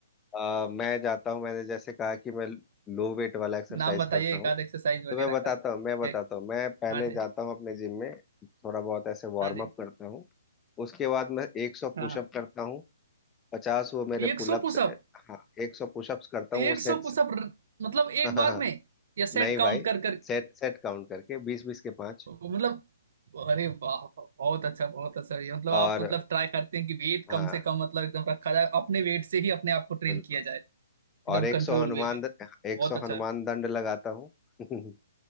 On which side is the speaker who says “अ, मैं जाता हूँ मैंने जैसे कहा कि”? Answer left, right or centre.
Left